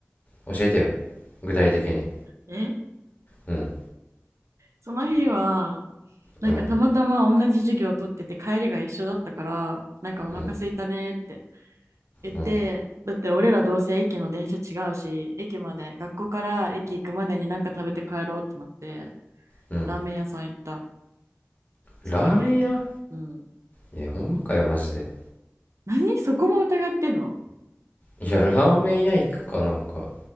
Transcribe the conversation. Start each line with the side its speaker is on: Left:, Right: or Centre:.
Left: 教えてよ具体的に
Right: え
Left: うん
Right: その日は、なんかたまたま同じ授業を取ってて帰りが一緒だったから、
Left: うん
Right: なんかお腹空いたねって
Left: うん
Right: 言って、
Left: うん
Right: だって俺らどうせ駅の電車違うし、駅まで、学校から駅行くまでになんか食べて帰ろうってなって、
Left: うん
Right: ラーメン屋さん行った。そんだけ。
Left: ラーメン屋
Right: うん。
Left: いやほんまかよマジで
Right: 何そこも疑ってんの
Left: いやラーメン屋行くかなんか